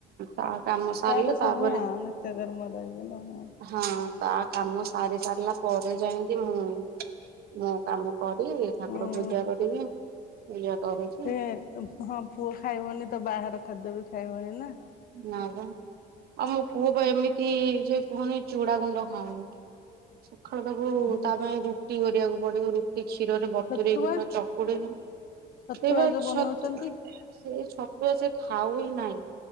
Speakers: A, on the right (about 65°); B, on the left (about 60°).
A: ତା କାମ ସାରିଲେ
B: ତାର ସବୁ
A: ତାପରେ
B: ହଁ ନିତ୍ୟ କର୍ମ ରହିଗଲା ହଁ।
A: ହଁ ତା କାମ ସାରି ସାରିଲା ପରେ ଯାଇକି ମୁଁ ମୋ କାମ କରିବି ଠାକୁର
B: ହଁ
A: ପୂଜା କରିବି ଏଆ କରିଚି।
B: ସେ ତୁମ୍ ହଁ ପୁଅ ଖାଇବନି ତ ବାହାର ଖାଦ୍ୟ ବି ଖାଇବନି ନା।
A: ନା ପା ଆମ ପୁଅ ପା ଏମିତି ଯେ କୁହନି ଚୁଡା ଗୁଣ୍ଡ ଖାଉନି। ସଖାଳୁ ତାକୁ
B: ଓହୋ
A: ତା ପାଇଁ ରୁଟି କରିବାକୁ ପଡିବ। ଏଇ କ୍ଷୀରରେ ବତୁରେଇକି
B: ଛତୁଆ
A: ପୂରା ଚକୁଡିବୁ
B: ଛତୁଆ
A: କ୍ଷେଇ ପା
B: ଯୋଉ
A: ଛତୁଆ
B: ବନଉଛନ୍ତି
A: ସେଇ ଛତୁଆ ସେ ଖାଉ ହିଁ ନାଇଁ।